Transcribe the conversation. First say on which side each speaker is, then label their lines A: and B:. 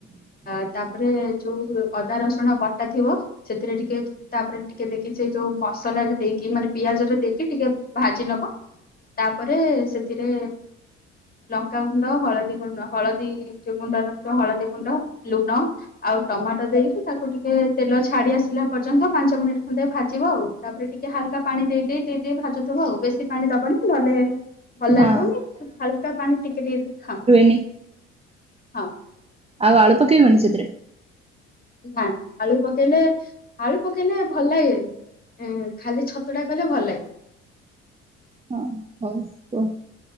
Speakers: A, on the left; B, on the right.
A: ଆଉ ତାପରେ ଯୋଉ ଅଦା ରସୁଣ ବଟା ଥିବ ସେଥିରେ ଟିକେ ତାପରେ ଟିକେ ଦେଇକି ସେ ଯୋଉ ମସଲାରେ ଦେଇକି ମାନେ ପିଆଜ ରେ ଦେଇକି ଟିକେ ଭାଜି ନବ ତାପରେ ସେଥିରେ ଲଙ୍କାଗୁଣ୍ଡ ହ ଦୀ ହଳଦୀ ଯୋଉ ଗୁଣ୍ଡ ହଳଦୀ ଗୁଣ୍ଡ ଲୁଣ ଆଉ ଟମାଟୋ ଦେଇକି ତାକୁ ଟିକେ ତେଲ ଛାଡି ଆସିଲା ପର୍ଯ୍ୟନ୍ତ ପାଞ୍ଚ ମିନିଟ୍ ଖଣ୍ଡେ ଭାଜିବ ଆଉ ତାପରେ ଟିକେ ହାଲକା ପାଣି ଦେଇ ଦେଇେଇ ଦେଇ ଦେଇେ ଭାଜୁଥିବ ଆଉ ବେଶୀ ପାଣି ଦବନି ନହେଲେ ଭଲ ଲାଗିବନି
B: ହଁ
A: ହାଲକା ପାଣି ଟିକେ ଟିକେ ହଁ।
B: ନି
A: ହଁ
B: ଆଉ ଆଳୁ ପକେଇବନି ସେଥିରେ।
A: ନା ଆଳୁ ପକେଇଲେ ଆଳୁ ପକେଇଲେ ଭଲ ଲାଗେନି। ଉଁ ଖାଲି ଛତୁ। ଛତୁ ଟା କଲେ ଭଲ ଲାଗିବ।
B: ହଁ ହଉ କୁଅ।